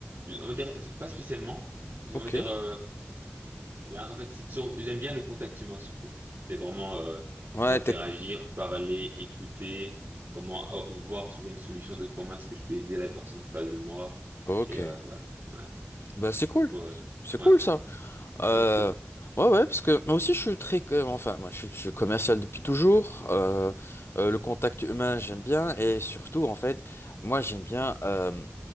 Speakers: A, on the right (about 55°); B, on the left (about 70°).
A: On va dire, pas spécialement.
B: Ok.
A: On va dire, euh, là, en fait, c'est sur- j'aime bien le contact humain surtout. C'est vraiment euh,
B: Ouais,
A: interagir,
B: t'es...
A: parler, écouter, comment a- voir, trouver une solution de comment est-ce que je peux aider la personne en face de moi.
B: Ok.
A: Et euh, voilà, ouais.
B: Ben, c'est cool.
A: Ouais,
B: C'est
A: ouais,
B: cool, ça. Euh,
A: Ah, cool.
B: ouais, ouais, parce que moi aussi, je suis très, euh, enfin, moi, je, suis je suis commercial depuis toujours. Euh, euh, le contact humain, j'aime bien. Et surtout, en fait, moi, j'aime bien euh,